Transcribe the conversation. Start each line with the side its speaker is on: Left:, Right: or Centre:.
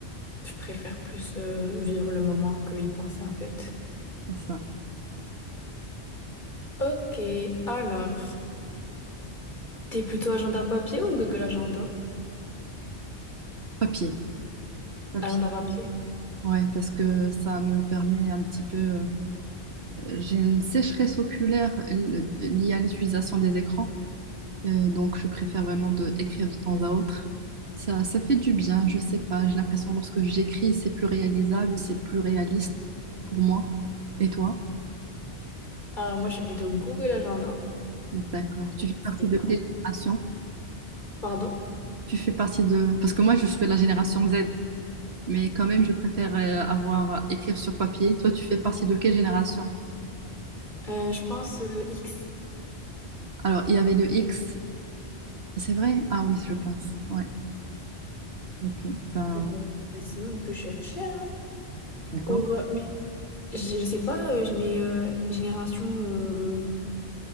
Left: Je préfère plus euh, vivre le moment que y penser en fait.
Right: c'est ça.
Left: Ok, alors, t'es plutôt agenda papier ou Google Agenda?
Right: Papier, papier.
Left: Agenda papier.
Right: Ouais, parce que ça me permet un petit peu. euh, j'ai une sécheresse oculaire euh, liée à l'utilisation des écrans, euh, donc je préfère vraiment de écrire de temps à autre. Ça, ça fait du bien, je sais pas. J'ai l'impression lorsque j'écris, c'est plus réalisable, c'est plus réaliste pour moi. Et toi?
Left: Ah, moi, je suis plutôt Google Agenda.
Right: D'accord. Tu fais
Left: C'est
Right: partie
Left: vrai.
Right: de quelle génération?
Left: Pardon?
Right: Tu fais partie de... Parce que moi, je suis de la génération Z, mais quand même, je préfère euh, avoir euh, écrire sur papier. Toi, tu fais partie de quelle génération?
Left: Euh, je pense euh, X.
Right: Alors, il y avait le X, c'est vrai? Ah oui, je pense. Ouais, ok. Ben,
Left: Euh, sinon, on peut chercher. hein,
Right: d'accord.
Left: pour... euh, Mais je, je sais pas, euh, je mets euh, génération. euh,